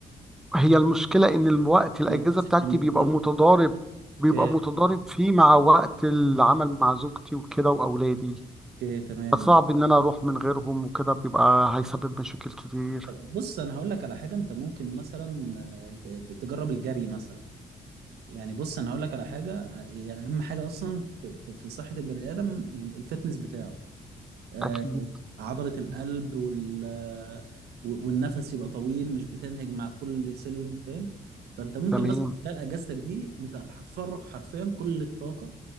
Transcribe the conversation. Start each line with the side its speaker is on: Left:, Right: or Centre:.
Centre: هي المشكلة ان الوقت الاجازة
Right: لا انت عايز
Centre: بتاعتي
Right: حاجة من البيت
Centre: بيبقى متضارب بيبقى
Right: اوكي
Centre: متضارب فيه مع وقت العمل مع زوجتي وكده واولادي
Right: اوكي، تمام
Centre: فصعب ان انا اروح من غيرهم وكده بيبقى هيسبب مشاكل كتير
Right: بص انا هقول لك على حاجة انت ممكن مثلا آه، ت- ت- تجرب الجري مثلا يعني بص انا هقول لك على حاجة آه، هي اهم حاجة اصلا في في في صحة البني ادم ال- الفتنس بتاعه آه،
Centre: اكيد
Right: عضلة القلب وال آه، و- والنفس يبقى طويل مش بتنهج مع كل سلم فاهم فانت ممكن
Centre: تمام
Right: مثلا خلال اجازتك دي انت هتفرغ حرفيا كل الطاقة